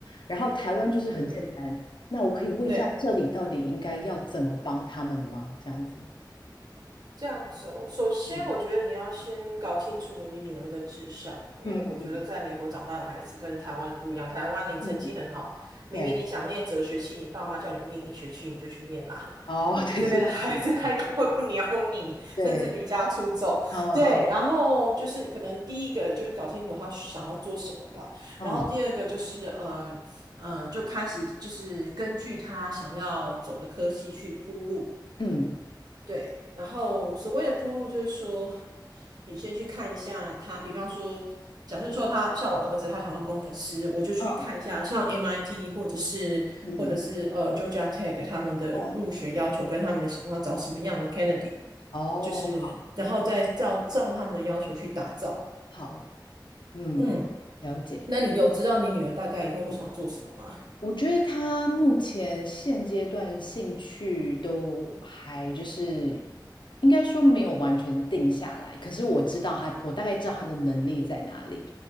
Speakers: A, on the left; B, on the right.
A: 然后台湾就是很简单，
B: 嗯嗯，
A: 那我可以问一下这里到底应该要怎么帮他们吗？
B: 对，
A: 这样子，
B: 这样子哦，首先我觉得你要先搞清楚你女儿的志向，
A: 嗯
B: 因为我觉得在美国长大的孩子跟台湾人不一样。
A: 嗯嗯
B: 台湾你成绩很好，
A: 嗯，
B: 明明你想念哲学系，
A: 对，
B: 你爸妈叫你念医学系，你就去念啦。
A: 哦，
B: 可是这边的孩子
A: <laughs> 对对对，没错
B: <laughs> 他根本不鸟你，
A: 对，
B: 甚至离家出走。
A: 嗯嗯。
B: 对，然后就是可能第一个就是搞清楚他想要做什么吧，
A: 哦，
B: 然后第二个就是嗯嗯，呃就开始就是根据他想要走的科系去铺路。
A: 嗯
B: 对，然后所谓的铺路就是说，你先去看一下他，比方说，假设说他像我儿子，他想做工程师，我就去看一下像
A: 嗯
B: MIT 或者是或者是呃
A: 嗯嗯
B: Georgia Tech 他们的入学要求跟他们想要找什么样的
A: 嗯，
B: candidate，
A: 哦，
B: 就是然后再照照他们的要求去打造。
A: 好，嗯，
B: 嗯，
A: 了解。
B: 那你有知道你女儿大概以后会想做什么吗？
A: 我觉得他目前现阶段兴趣都还就是应该说没有完全定下来，可是我知道他，我大概知道他的能力在哪里，